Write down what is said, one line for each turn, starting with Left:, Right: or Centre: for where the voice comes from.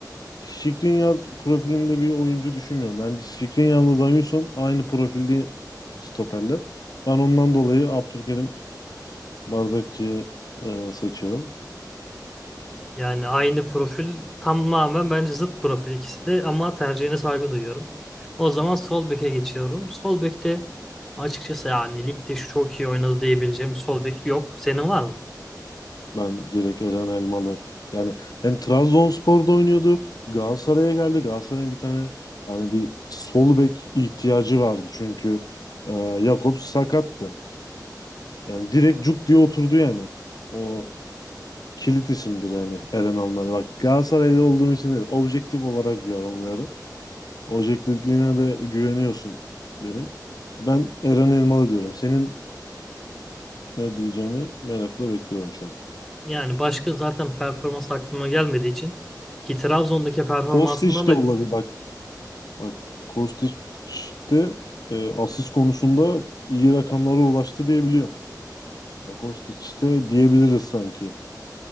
Left: Skriniar profilinde bir oyuncu düşünmüyorum. Bence Skriniar'la Davinson aynı profilde stoperler. Ben ondan dolayı Abdülkerim Bardakçıyı e, seçiyorum.
Centre: Yani aynı profil tamamen bence zıt profil ikisi de ama tercihine saygı duyuyorum. O zaman sol beke geçiyorum. Sol bekte açıkçası yani ligde şu çok iyi oynadı diyebileceğim bir sol bek yok. Senin var mı?
Left: Ben direkt Eren Elmalı. Yani hem Trabzonspor'da oynuyordu. Galatasaray'a geldi. Galatasaray'ın bir tane yani bir sol bek ihtiyacı vardı. Çünkü e, Jakobs sakattı. Yani direkt cuk diye oturdu yani. O kilit isimdir yani Eren Elmalı. Bak Galatasaray'da olduğum için değil. Objektif olarak yorumluyorum. Objektifliğine de güveniyorsun benim. Ben Eren Elmalı diyorum. Senin Ne diyeceğini merakla bekliyorum şu an.
Centre: Yani başka zaten performans aklıma gelmediği için ki Trabzon'daki performansından
Left: Kostić
Centre: da
Left: de olabilir bak. Bak Kostić de e, asist konusunda iyi rakamlara ulaştı diye biliyorum. Yani Kostić de diyebiliriz sanki.